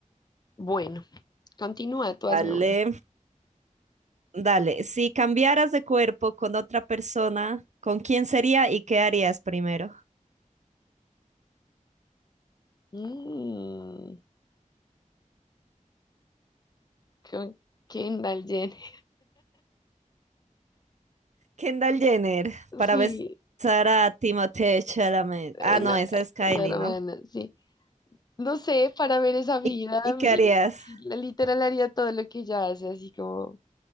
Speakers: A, on the left; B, on the right.
A: Bueno, continúa, tú
B: Dale,
A: hazme una.
B: dale. Si cambiaras de cuerpo con otra persona, ¿con quién sería y qué harías primero?
A: Mm, con Kendall Jenner.
B: Kendall Jenner para
A: Sí,
B: besar a Timothée Chalamet.
A: eh,
B: Ah,
A: no,
B: no,
A: eh,
B: esa es Kylie,
A: la hermana,
B: ¿no?
A: sí. No sé, para ver esa vida,
B: ¿Y, y
A: mi-
B: qué harías?
A: y la literal haría todo lo que ella hace, así como